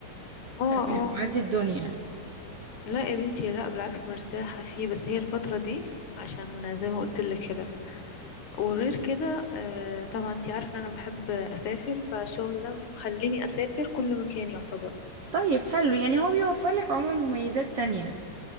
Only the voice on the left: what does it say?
اه
اه
لا يا بنتي لا بالعكس مرتاحة فيه بس هي الفترة دي عشان زي ما قلت لك كده وغير كده آه طبعا انتي عارفة ان انا بحب اسافر فالشغل ده مخليني اسافر كل مكان يعتبر